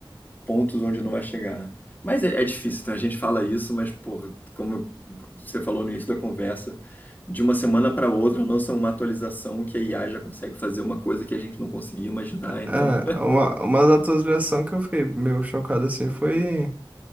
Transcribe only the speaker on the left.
pontos onde não vai chegar. Mas é, é difícil, né? A gente fala isso, mas, porra, como você falou no início da conversa, de uma semana para outra lança uma atualização que a IA já consegue fazer uma coisa que a gente não conseguia imaginar, então.